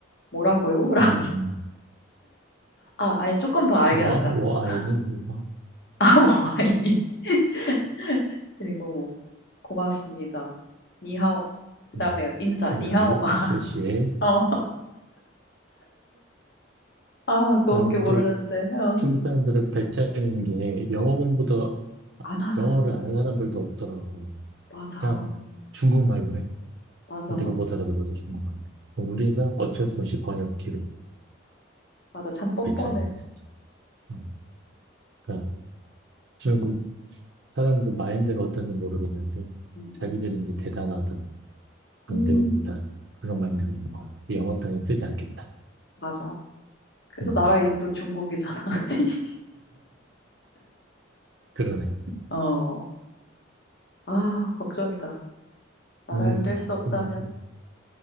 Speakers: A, on the left (about 55°); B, on the right (about 60°).
A: 뭐라고요? <laughs> 랑.
B: 음,
A: 아, 아니, 조금 더 알게
B: 와,
A: 난다.
B: 와
A: <laughs>
B: 아이니, 이거.
A: 아, 뭐, 아니. <laughs> 그리고 뭐, 고맙습니다. 니하오. 그다음에
B: 음,
A: 인사, 니하오마.
B: 야오,
A: <laughs>
B: 실시에.
A: 어, 아, 그거밖에
B: 아니,
A: 모르는데.
B: 또
A: 어.
B: 중국 사람들은 배짱인 게 영어 공부도,
A: 안 하잖아.
B: 영어를 아는 사람들도 없더라고.
A: 맞아.
B: 그냥 중국말로 해.
A: 맞아,
B: 우리가
A: 맞아.
B: 못 알아들어도 중국말로. 우리가 어쩔 수 없이 번역기로
A: 맞아. 참 뻔뻔해.
B: 배짱이야, 진짜. 어, 그러니까 중국 사람들 마인드가 어떤지 모르겠는데
A: 음,
B: 자기들이
A: 음.
B: 이제 대단하다, 강대국이다
A: 음,
B: 그런 마인드가 있는 것 같아. 영어 따위 쓰지 않겠다.
A: 맞아. 그래서
B: 음,
A: 나라 이름도 중국이잖아. <laughs>
B: 그러네.
A: 어. 아, 걱정이다. 나라를
B: 음,
A: 뗄 수 없다면,
B: 그건 또,